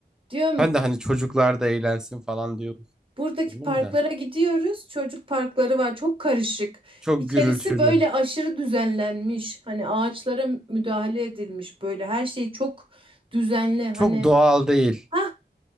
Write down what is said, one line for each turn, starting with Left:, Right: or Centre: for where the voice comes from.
Right: Diyorum
Centre: Ben de hani çocuklar da eğlensin falan diyor
Right: buradaki
Centre: düşündüm
Right: parklara
Centre: de.
Right: gidiyoruz. Çocuk parkları var çok karışık.
Centre: Çok
Right: İçerisi
Centre: gürültülü.
Right: böyle aşırı düzenlenmiş. Hani ağaçlara müdahale edilmiş böyle her şey çok düzenli. Hani
Centre: Çok doğal değil.
Right: ha